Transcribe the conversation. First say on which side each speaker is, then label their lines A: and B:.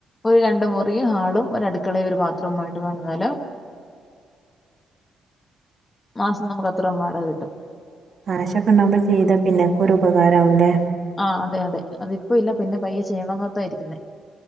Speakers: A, on the left; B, on the right.
A: ഒരു രണ്ട് മുറിയും ഹാളും ഒരു അടുക്കളയും ഒരു ബാത്റൂമും ആയിട്ട് പണിതാല് മാസം നമുക്ക് അത്രയും വാടക കിട്ടും
B: കാശൊക്കെണ്ടാവുമ്പോ ചെയ്ത പിന്നെക്കെ ഒരു ഉപകാരമാവല്ലേ
A: ആഹ് അതെ അതെ അതിപ്പ ഇല്ല പിന്നെ പയ്യെ ചെയ്യണന്നോത്തായിരിക്കുന്നേ